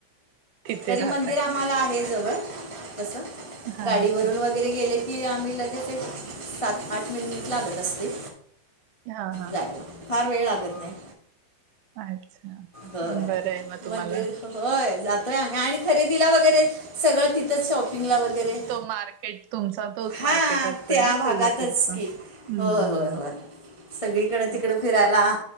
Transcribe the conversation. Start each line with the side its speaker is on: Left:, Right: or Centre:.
Right: तिथे
Left: तरी
Right: राहता
Left: मंदिर
Right: का?
Left: आम्हाला. आम्हाला आहे जवळ तस
Right: हा
Left: गाडीवरून.
Right: का
Left: वगैरे गेले की आम्ही लगेच एक सात आठ मिनिट लागत असतील.
Right: हा हा
Left: जायला फार वेळ लागत नाही.
Right: अच्छा!
Left: हय
Right: बरं आहे मग तुम्हाला
Left: मंदिर हय जातोय आम्ही आणि खरेदीला वगैरे सगळं तिथंच शॉपिंगला वगैरे.
Right: तो मार्केट तुमचा तोच
Left: हां
Right: मार्केट असेल
Left: त्या
Right: ना
Left: भागातच
Right: कोल्हापूरचा.
Left: की
Right: हम्म
Left: होय होय होय सगळीकडे
Right: हम्म
Left: तिकड फिरायला